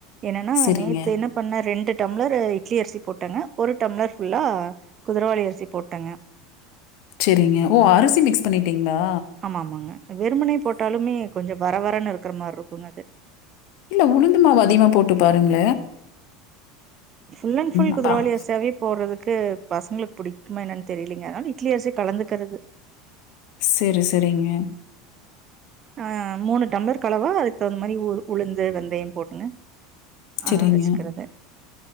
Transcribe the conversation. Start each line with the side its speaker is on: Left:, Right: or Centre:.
Right: என்னனா
Left: சரிங்க
Right: நேத்து என்னப் இப்ப ந ரெண்டு டம்ளர் இட்லி அரிசி போட்டேங்க ஒரு டம்ளர் ஃபுல்லா குதிரவாளி அரிசி போட்டேங்க
Left: செரிங்க ஓ அரிசி மிக்ஸ் பண்ணிட்டீங்களா
Right: ஆம ஆமாங்க வெறுமுனை போட்டாலுமே கொஞ்சோ வர வரேன்னு இருக்கிற மாறி இருக்கும்ங்க அது
Left: இல்ல உளுந்து மாவு அதிகமா போட்டு பாருங்க
Right: புல் அன் புல் குதிரவாளி
Left: அதான்.
Right: அரிசியாவே போறதுக்கு பசங்களுக்கு பிடிக்குமா என்னன்னு தெரியலீங்க அதனால இட்லி அரிசி கலந்துக்கிறது
Left: செரி செரிங்க
Right: அ மூணு டம்ளர் கலவா அதுக்கு தகுந்த மாதிரி உளுந்து வெந்தயம் போடுங்க
Left: சரிங்க.
Right: அ வச்சுக்கறது